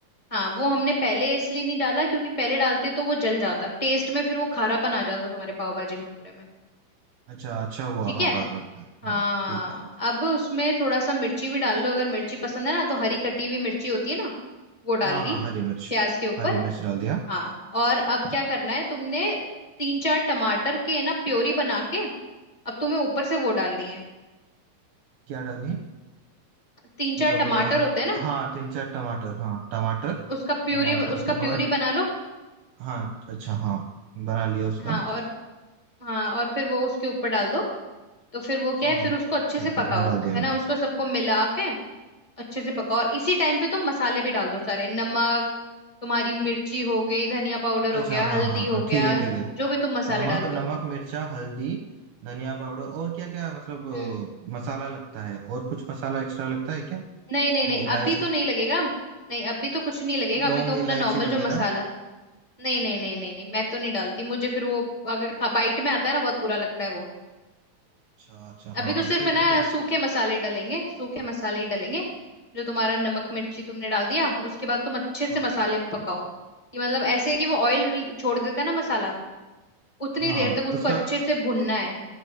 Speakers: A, on the left; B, on the right.
A: हाँ वो हमने पहले इसलिए नहीं डाला क्योंकि पहले डालते तो वो जल जाता टेस्ट में फिर वो खारापन आ जाता तुम्हारे पाव भाजी में पूरे में
B: अच्छा अच्छा हुआ
A: ठीक
B: हाँ
A: है
B: बाद में बताया
A: हाँ
B: हाँ ठीक है
A: अब उसमें थोड़ा सा मिर्ची भी डाल लो अगर मिर्ची पसंद है ना तो हरी कटी हुई मिर्ची होती है ना वो
B: हाँ
A: डाल ली
B: हाँ हरी मिर्च
A: प्याज के ऊपर
B: हरी मिर्च डाल दिया
A: हाँ और अब क्या करना है तुमने तीन चार टमाटर के है ना प्योरी बना के अब तुम्हें ऊपर से वो डालनी है
B: क्या डालनी है
A: तीन
B: मतलब
A: चार टमाटर
B: अ,
A: होते हैं ना
B: हाँ तीन चार टमाटर हाँ टमाटर
A: उसका प्यूरी
B: टमाटर
A: उसका
B: के बाद
A: प्यूरी बना लो
B: हाँ अच्छा हाँ बना लिया उसका
A: हाँ और हाँ और फिर वो उसके ऊपर डाल दो तो फिर वो क्या
B: हाँ
A: है फिर उसको अच्छे
B: ठीक
A: से पकाओ
B: है हाँ डाल दिया
A: है ना
B: मैं
A: उसको सबको मिला के अच्छे से पकाओ और इसी टाइम पे तुम मसाले भी डाल दो सारे नमक तुम्हारी मिर्ची हो गई धनिया पाउडर
B: अच्छा
A: हो गया
B: हाँ
A: हल्दी
B: हाँ
A: हो
B: हाँ
A: गया
B: ठीक है ठीक है
A: जो भी तुम मसाले
B: नमक
A: डालते
B: नमक
A: हो
B: मिर्चा हल्दी धनिया पाउडर और क्या क्या मतलब
A: हम्म
B: अ, मसाला लगता है और कुछ मसाला एक्स्ट्रा लगता है क्या
A: नहीं नहीं
B: वो
A: नहीं
B: इलायची
A: अभी तो नहीं लगेगा नहीं अभी तो कुछ नहीं लगेगा
B: लौंग
A: अभी तो अपना
B: इलायची
A: नॉर्मल
B: वगैरह
A: जो मसाला नहीं नहीं नहीं नहीं नहीं मैं तो नहीं डालती मुझे फिर वो अगर खा बाइट में आता है ना बहुत बुरा लगता है वो
B: अच्छा अच्छा
A: अभी
B: हाँ
A: तो
B: हाँ
A: सिर्फ
B: ठीक
A: है ना
B: है ठीक
A: सूखे मसाले डलेंगे सूखे मसाले ही डलेंगे जो तुम्हारा नमक मिर्ची तुमने डाल दिया उसके बाद तुम अच्छे से
B: हाँ
A: मसाले को पकाओ कि मतलब ऐसे कि वो ऑयल छोड़ देता है ना मसाला उतनी
B: हाँ
A: देर तक
B: उसका
A: उसको अच्छे से भुनना है